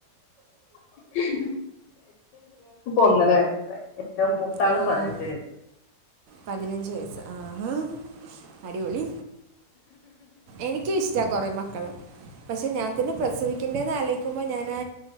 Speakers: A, on the left; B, on the right.
A: <unintelligible> ഒന്നര വയസ്സായി ഏറ്റവും മൂത്താള്
B: ഓഹ്‌
A: പതിനഞ്ച് വയസ്സ്
B: പതിനഞ്ച് വയസ്സ് ആഹ്‌ ഹ്‌ അടിപൊളി എനിക്കിഷ്ടാ കൊറെ മക്കളെ പക്ഷെ ഞാൻ തന്നെ പ്രസവി ക്കെണ്ടെന്നാലോയിക്കുമ്പോ ഞാനാ